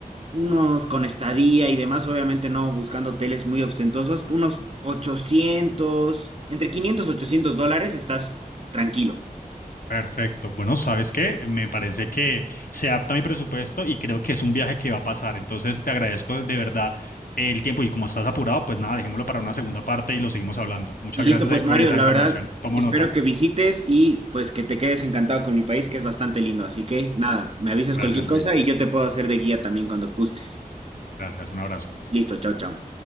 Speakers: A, on the right; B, on the left.
A: unos con estadía y demás, obviamente no buscando hoteles muy ostentosos, unos 800, entre 500 y 800 dólares, estás tranquilo.
B: Perfecto. Bueno, ¿sabes qué? Me parece que se adapta a mi presupuesto y creo que es un viaje que va a pasar. Entonces, te agradezco de verdad el tiempo y como estás apurado, pues nada, dejémoslo para una segunda parte y lo seguimos hablando. Muchas
A: Listo,
B: gracias
A: pues
B: ahí por
A: Mario,
B: esa
A: la
B: información.
A: verdad,
B: Tomo
A: espero
B: nota.
A: que visites y pues que te quedes encantado con mi país, que es bastante lindo. Así que nada, me avisas
B: Gracias,
A: cualquier
B: Luis.
A: cosa y yo te puedo hacer de guía también cuando gustes.
B: Gracias. Un abrazo.
A: Listo, chao, chao.